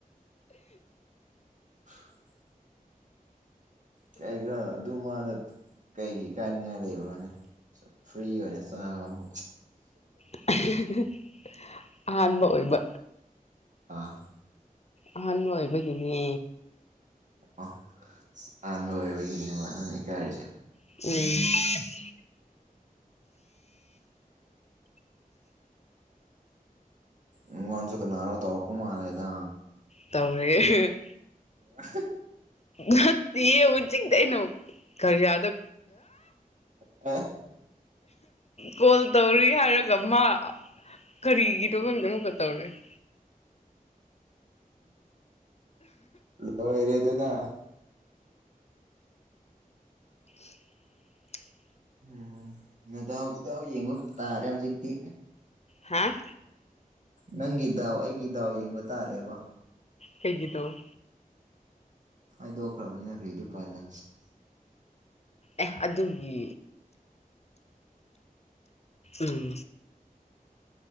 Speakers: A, on the right; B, on the left.
A: <inaudible> ꯀ ꯈ꯭ꯔ ꯑꯗꯨ ꯃꯥꯅ ꯀꯩꯒꯤ ꯏꯀꯥꯏꯅꯤꯡꯉꯥꯏ ꯂꯩꯕ꯭ꯔꯣꯅꯦ ꯐ꯭ꯔꯤ ꯑꯣꯏꯅ ꯆꯥꯕꯅꯣ
B: <inaudible> ꯑꯍꯥꯟꯕ ꯑꯣꯏꯕ
A: ꯑꯥ
B: ꯑꯍꯥꯟꯕ ꯑꯣꯏꯕꯒꯤꯅꯦ
A: ꯑꯣ ꯑꯍꯥꯟꯕ ꯑꯣꯏꯕꯩꯅꯤꯅꯦ ꯃꯥꯅ ꯏꯀꯥꯏꯔꯤꯁꯦ
B: <inaudible>
A: ꯑꯩꯉꯣꯟꯁꯨ ꯀꯅꯥꯅꯣ ꯇꯧꯔꯛꯄ ꯃꯥꯜꯂꯦꯗ
B: ꯇꯧꯔꯦ
A: ꯑ
B: ꯅꯠꯇꯦ ꯍꯧ ꯆꯤꯡꯗꯩꯅꯣ ꯀꯔꯤꯌꯥꯗ
A: ꯑ
B: ꯀꯣꯜ ꯇꯧꯔꯤ ꯍꯥꯏꯔꯒ ꯃꯥ ꯀꯔꯤꯒꯤꯅꯣ ꯈꯪꯗꯦ ꯑꯃꯨꯛꯀ ꯇꯧꯔꯛ ꯑꯦ
A: ꯂꯣꯏꯔꯦꯗꯅ
B: <inaudible>
A: ꯎꯝ ꯅꯗꯥꯎ ꯏꯗꯥꯎ ꯌꯦꯡꯕ ꯇꯥꯔꯦ ꯍꯧꯖꯤꯛꯇꯤ
B: ꯍꯥꯥ
A: ꯅꯪꯒꯤ ꯗꯥꯎ ꯑꯩꯒꯤ ꯗꯥꯎ ꯌꯦꯡꯕ ꯇꯥꯔꯦꯕ
B: ꯐꯩꯒꯤꯗꯣ
A: ꯍꯥꯏꯗꯣꯛꯈ꯭ꯔꯕꯅꯤꯅ ꯀꯔꯤꯗꯨ ꯄꯥꯏꯂ
B: ꯑꯦ ꯑꯗꯨꯒꯤ ꯎꯝ